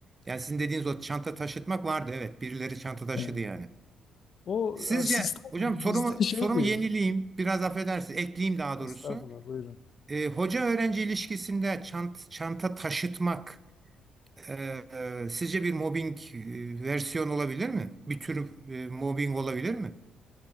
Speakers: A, on the right (about 25°); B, on the left (about 55°).
A: Yani sizin dediğiniz o çanta taşıtmak vardı. Evet, birileri çanta taşıdı
B: Evet.
A: yani.
B: O
A: Sizce
B: asistan
A: hocam
B: bizde
A: sorumu
B: şeydi.
A: sorumu yenileyim. Biraz affedersiniz. Ekleyeyim daha
B: Estağfurullah
A: doğrusu.
B: buyurun.
A: E, hoca öğrenci ilişkisinde çant, çanta taşıtmak ee, sizce bir mobbing e, versiyon olabilir mi? Bir tür e, mobbing olabilir mi?